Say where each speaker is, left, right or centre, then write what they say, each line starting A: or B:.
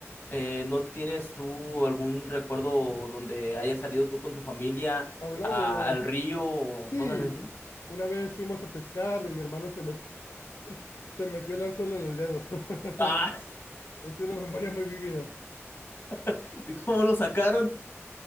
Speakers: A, on the left; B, on the left.
A: Eh, ¿no tienes tú algún recuerdo donde hayas salido tú con tu familia
B: A un lago.
A: a- al río o
B: Sí,
A: cosas así?
B: una vez fuimos a pescar y mi hermano se metió, se metió el anzuelo en el dedo. <laughs>
A: Ah,
B: Es una memoria muy vívida.
A: <laughs> ¿y ¿cómo lo sacaron?